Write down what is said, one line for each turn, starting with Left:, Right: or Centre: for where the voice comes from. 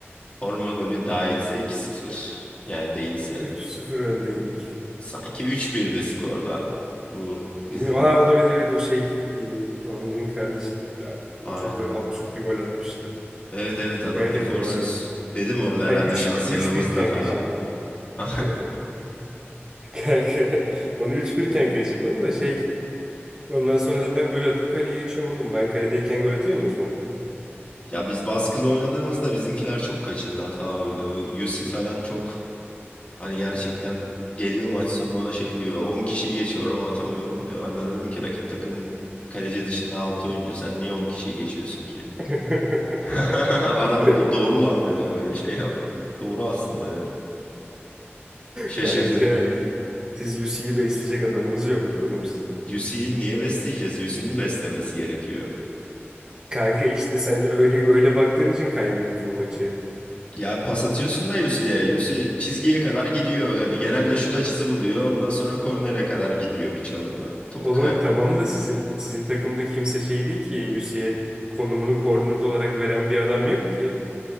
Left: forma golü dahilse iki sıfır Yani değilse.
Right: üç sıfır öndeydik.
Left: Sanki üç birde skor da. Bu bizim
Right: Bilmiyorum. Aa, olabilir evet o şey. E, Hamdi'nin kardeşi da-
Left: aynen.
Right: çok absürt bir gol atmıştı.
Left: Evet evet adam
Right: Evet
Left: eforsuz.
Right: evet o vardı.
Left: Dedim orada
Right: Hani
Left: herhalde
Right: üç
Left: şans
Right: bir üç
Left: yanımızda
Right: bir iken
Left: falan.
Right: kaçırdım onu.
Left: <laughs>
Right: <laughs> Kanka onu üç bir iken kaçırdım da şey ondan sonra zaten golü atıp kaleye geçiyorum oğlum. Ben kaledeyken gol atıyor musunuz mu?
Left: Ya biz baskılı oynadığımızda bizimkiler çok kaçırdı hata oydu. Bu Yusuf falan çok Hani gerçekten geliyor maç sonu bana şey diyor. on kişiyi geçiyorum atamıyorum diyor. Ben de dedim ki rakip takım kaleci dışında 6 oyuncu. Sen niye 10 kişiyi geçiyorsun ki?
Right: <laughs>
Left: <laughs> Adam orada doğru lan dedi böyle şey yap. Doğru aslında dedi. Şaşırdı.
Right: Kanka siz UC'yi besleyecek adamınız yoktu oğlum sizin.
Left: Yusi'yi niye besleyeceğiz? Yusi'nin beslemesi gerekiyor.
Right: Kanka işte sen öyle öyle baktığın için kaybettin maçı.
Left: Ya pas atıyorsun da Yusi'ye. Yusi çizgiye kadar gidiyor. Yani genelde şut açısı buluyor. Ondan sonra kornere kadar gidiyor bir çalımla. Topu
Right: Oğlum
Left: kayıp.
Right: tamam da sizin sizin takımda kimse şey değil ki Yusi'ye konumunu koordinat olarak veren bir adam yok ki.